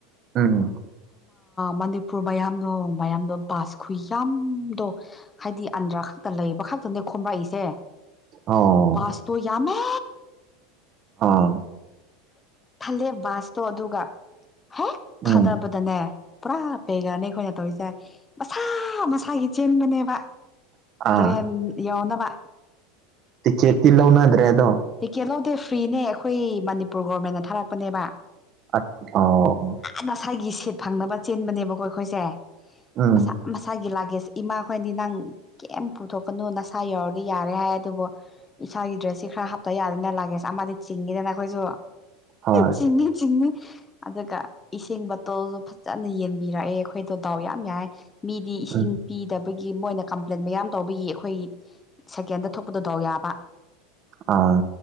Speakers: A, on the right; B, on the left.
A: ꯎꯝ
B: ꯃꯅꯤꯄꯨꯔ ꯃꯌꯥꯝꯗꯣ ꯃꯌꯥꯝꯗꯣ ꯕꯥꯁ ꯈꯨ ꯌꯥꯝꯗꯣ ꯍꯥꯏꯗꯤ ꯑꯟꯗ꯭ꯔꯥ ꯈꯛꯇ ꯂꯩꯕ ꯈꯛꯇꯅꯦ ꯈꯣꯝꯝꯕꯔꯛꯏꯁꯦ
A: ꯑꯣ
B: ꯕꯥꯁꯇꯣ ꯌꯥꯝꯅ
A: ꯑꯥ
B: ꯈꯜꯂꯦ ꯕꯥꯁꯇꯣ ꯑꯗꯨꯒ ꯍꯦꯛ
A: ꯎꯝ
B: ꯈꯗꯕ ꯗꯅꯦ ꯄꯨꯔꯥ ꯄꯦꯒꯔꯅꯦ ꯑꯩꯈꯣꯏꯅ ꯇꯧꯔꯤꯁꯦ ꯃꯁꯥ ꯃꯁꯥꯒꯤ ꯆꯦꯟꯕꯅꯦꯕ
A: ꯑꯥ
B: ꯏ ꯌꯧꯅꯕ
A: ꯆꯦꯇ ꯂꯧꯅꯗ꯭ꯔꯦ ꯑꯗꯣ
B: ꯇꯤꯛꯀꯦꯠ ꯂꯧꯗꯦ ꯐ꯭ꯔꯤꯅꯦ ꯑꯩꯈꯣꯏ ꯃꯅꯤꯄꯨꯔ ꯒꯣꯚꯃꯦꯟꯅ ꯊꯥꯔꯛꯄꯅꯦꯕ
A: ꯑ ꯑꯣ
B: ꯉꯁꯥꯏꯒꯤ ꯁꯦꯠ ꯐꯪꯅꯕ ꯆꯦꯟꯕꯅꯦꯕꯀꯣ ꯑꯩꯈꯣꯏꯁꯦ
A: ꯎꯝ
B: ꯃꯁꯥ ꯃꯁꯥꯒꯤ ꯂꯥꯒꯦꯁ ꯏꯃꯥꯈꯣꯏꯅꯤ ꯅꯪ ꯀꯩꯝ ꯄꯨꯊꯣꯛꯀꯅꯨ ꯅꯁꯥ ꯌꯎꯔꯗꯤ ꯌꯥꯔꯦ ꯍꯥꯏ ꯑꯗꯨꯕꯨ ꯏꯁꯥꯒꯤ ꯗ꯭ꯔꯦꯁꯁꯤ ꯈꯔ ꯍꯥꯞ ꯌꯥꯗꯦꯅ ꯂꯥꯒꯦꯁ ꯑꯃꯗꯤ ꯆꯤꯡꯉꯤꯗꯅ ꯑꯩꯈꯣꯏꯁꯨ
A: ꯍꯣꯏ
B: ꯆꯤꯡꯏ ꯆꯤꯡꯏ ꯑꯗꯨꯒ ꯏꯁꯤꯡ ꯕꯇꯣꯜꯁꯨ ꯐꯖꯅ ꯌꯦꯟꯕꯤꯔꯛꯑꯦ ꯑꯩꯈꯣꯏꯗꯣ ꯗꯥꯎ ꯌꯥꯝ ꯌꯥꯏ ꯃꯤꯗꯤ ꯏꯁꯤꯡ
A: ꯎꯝ
B: ꯄꯤꯗꯕꯒꯤ ꯃꯣꯏꯅ ꯀꯝꯄ꯭ꯂꯦꯟ ꯃꯌꯥꯝ ꯇꯧꯕꯒꯤ ꯑꯩꯈꯣꯏ ꯁꯦꯀꯦꯟꯗ ꯊꯣꯛꯄꯗꯗꯥꯎ ꯌꯥꯕ
A: ꯑꯥ